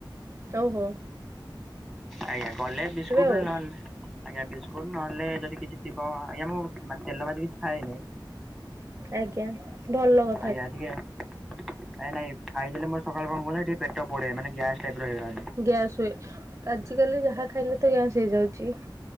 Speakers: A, on the right (about 35°); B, in the centre.
A: ସହୋ।
B: ଆଜ୍ଞା ଗଲେ ବିସ୍କୁଟ
A: ଆଉ
B: ନହେଲେ ଆଜ୍ଞା ବିସ୍କୁଟ ନହେଲେ ଯଦି କିଛି ଥିବ ଆଜ୍ଞା ମୁଁ ମାନେ ତେଲଭାଜି କିଛି ଖାଇ ନେଇ।
A: ଆଜ୍ଞା। ଭଲ କ
B: ଆଜ୍ଞା ଟିକେ ନାଇ ନାଇ ଖାଇ ଦେଲେ ମୋର ସକାଳେ କଣ କୁହନି ଟିକେ ପେଟ ପୋଡେ ମାନେ ଗ୍ୟାସ୍ ଟାଇପ ର ହେଇଗଲାଣି।
A: ଗ୍ୟାସ ହୁଏ, ଆଜ କାଲି ଯାହା ଖାଇଲେ ତ ଗ୍ୟାସ୍ ହେଇଯାଉଛି।